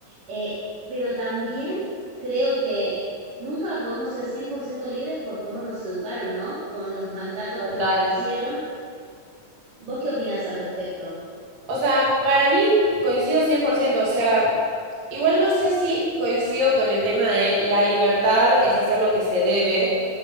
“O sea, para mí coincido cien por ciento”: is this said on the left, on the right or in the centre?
Right